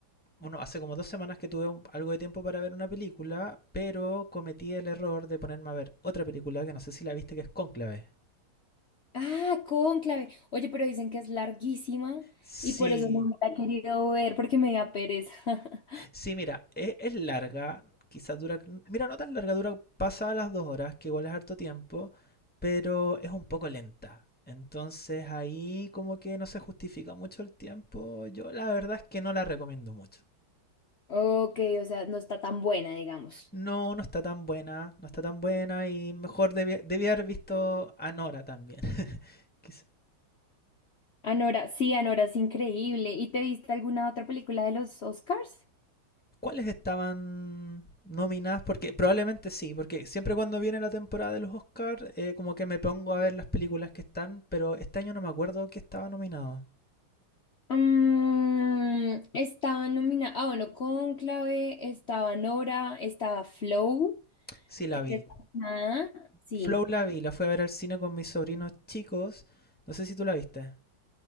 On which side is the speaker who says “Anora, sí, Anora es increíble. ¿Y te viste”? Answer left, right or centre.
Left